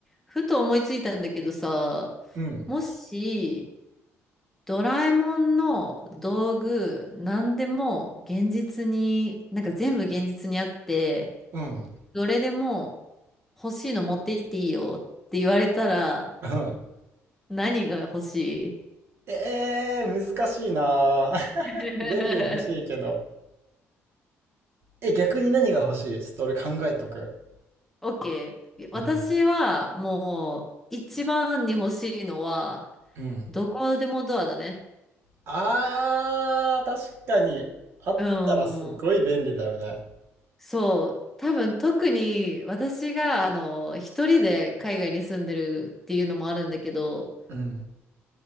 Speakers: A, in the centre; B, on the right.
A: ふと思いついたんだけどさ、
B: うん。
A: もし、ドラえもんの道具、何でも現実に、なんか全部現実にあって、
B: うん。
A: どれでも欲しいの持っていっていいよって言われたら、
B: うん。
A: 何が欲し
B: えー、難しいなぁ
A: い ?OK。
B: <laughs> 全部欲しいけど。
A: <laughs>
B: え、逆に何が欲しいちょっと俺考えとく。
A: オッケー私はもう、
B: うん。
A: 一番に欲しいのは、
B: うん。
A: どこでもドアだね。
B: あー、確かに。あったらすごい便利だよね。
A: うん。そう、多分特に私があの一人で海外に住んでるっていうのもあるんだけど、
B: うん。